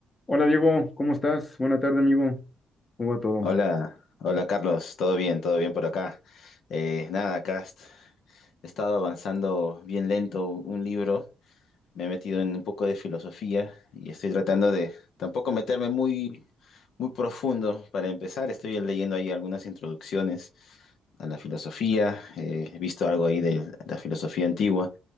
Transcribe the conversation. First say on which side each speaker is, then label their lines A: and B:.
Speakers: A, on the left (about 30°); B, on the left (about 70°).
A: Hola Diego, ¿cómo estás? Buena tarde, amigo. ¿Cómo va todo?
B: Hola, hola Carlos, todo bien, todo bien por acá. Eh, nada, acá est- he estado avanzando bien lento un libro, me he metido en un poco de filosofía y estoy tratando de tampoco meterme muy, muy profundo. Para empezar, estoy leyendo ahí algunas introducciones a la filosofía, eh, he visto algo ahí de la filosofía antigua.